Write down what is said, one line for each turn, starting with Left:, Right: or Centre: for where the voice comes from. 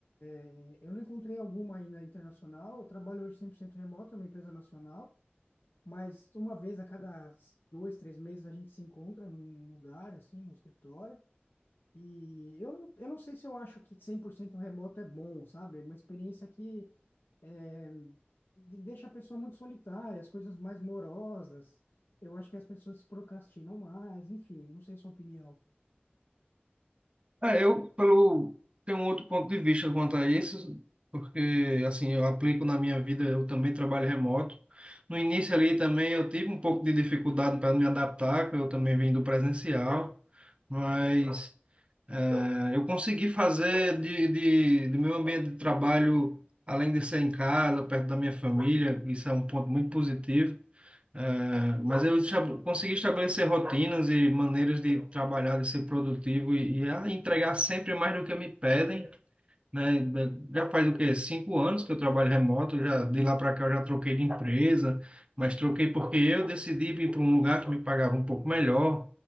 Left: É, Eu não encontrei alguma ainda internacional, eu trabalho hoje 100% remoto, é uma empresa nacional, Mas uma vez a cada dois, três meses a gente se encontra num lugar, assim, no escritório. E eu não, eu não sei se eu acho que 100% remoto é bom, sabe? É uma experiência que é, de- deixa a pessoa muito solitária, as coisas mais morosas. Eu acho que as pessoas se procrastinam mais, enfim, não sei sua opinião.
Right: É, eu pelo tenho um outro ponto de vista quanto a isso, porque assim, eu aplico na minha vida, eu também trabalho remoto. No início ali também eu tive um pouco de dificuldade para me adaptar, que eu também vim do presencial, mas é, eu consegui fazer de, de, do meu ambiente de trabalho, além de ser em casa, perto da minha família, isso é um ponto muito positivo. É, mas eu estab- consegui estabelecer rotinas e maneiras de trabalhar, de ser produtivo e, e a entregar sempre mais do que me pedem né? Já faz o quê? Cinco anos que eu trabalho remoto, já de lá para cá eu já troquei de empresa, mas troquei porque eu decidi vir para um lugar que me pagava um pouco melhor.